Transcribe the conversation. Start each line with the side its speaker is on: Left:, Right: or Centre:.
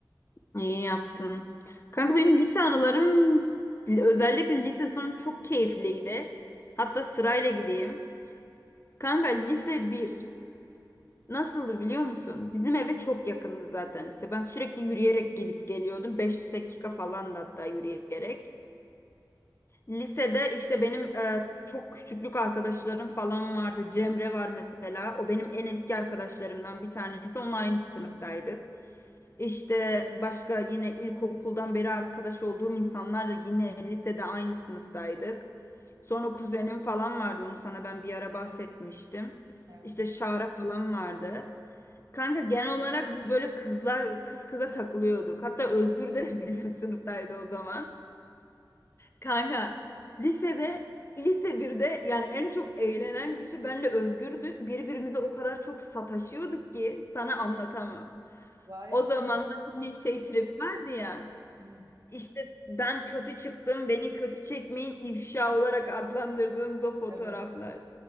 Left: iyi yaptın. Kanka benim lise anılarım özellikle lise sonu çok keyifliydi. Hatta sırayla gideyim. Kanka lise bir nasıldı biliyor musun? Bizim eve çok yakındı zaten lise. Ben sürekli yürüyerek gelip geliyordum. beş dakika falan da hatta yürüyerek. Lisede işte benim e, çok küçüklük arkadaşlarım falan vardı. Cemre var mesela. O benim en eski arkadaşlarımdan bir tanesi. Onunla aynı sınıftaydık. İşte başka yine ilkokuldan beri arkadaş olduğum insanlar yine lisede aynı sınıftaydık. Sonra kuzenim falan vardı onu sana ben bir ara bahsetmiştim.
Right: Evet.
Left: İşte Şara falan vardı. Kanka genel olarak biz böyle kızlar kız kıza takılıyorduk. Hatta Özgür de <laughs> bizim sınıftaydı o zaman. Kanka lisede lise birde yani en çok eğlenen kişi benle Özgür'dük. Birbirimize o kadar çok sataşıyorduk ki sana anlatamam.
Right: Vay
Left: O zaman
Right: be.
Left: hani şey trip vardı ya.
Right: Hı,
Left: İşte ben kötü çıktım, beni kötü çekmeyin ifşa olarak adlandırdığımız o fotoğraflar.
Right: evet.